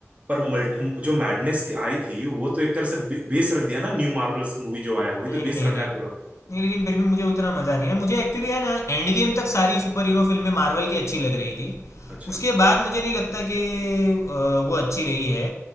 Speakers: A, on the right; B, on the left.
A: पर मल्ट जो मैडनेस थी आई थी वो तो एक तरह से बे, बेस रख दिया ना न्यू मार्वल्स मूवी जो आया है, वही
B: नहीं
A: तो
B: नहीं
A: बेस रखा
B: नहीं
A: है पूरा
B: नहीं लेकिन फिर भी मुझे उतना मज़ा नहीं है मुझे एक्चुअली है ना एंड गेम तक सारी सुपर हीरो फिल्में मार्वल की अच्छी लग रही थी
A: अच्छा
B: उसके बाद मुझे नहीं लगता कि अ, वो अच्छी रही है